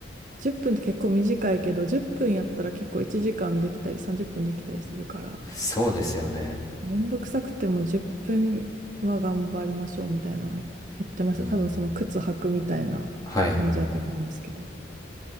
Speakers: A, on the right; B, on the left.
A: 10分っぷんって結構短いけど、10分やったら結構1時間できたり30分できたりするから、
B: そうですよね。
A: めんどくさくても10分は頑張りましょうみたいなの言ってました。
B: うん。
A: 多分その靴履くみたいな感じだと思うんですけど。
B: はいはいはい。